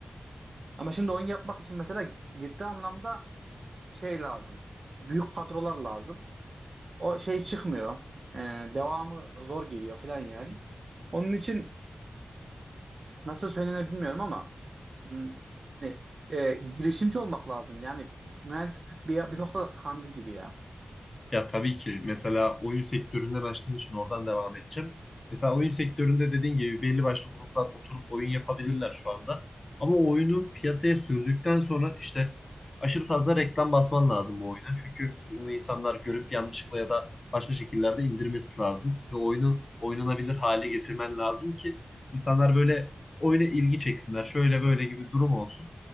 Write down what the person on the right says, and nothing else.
Ama şimdi oyun yapmak için mesela ciddi anlamda şey lazım. Büyük kadrolar lazım. O şey çıkmıyor. Ee, devamı zor geliyor falan yani. Onun için nasıl söylenir bilmiyorum ama hmm, hani, e, girişimci olmak lazım. Yani mühendislik bir, bir noktada tıkandı gibi ya.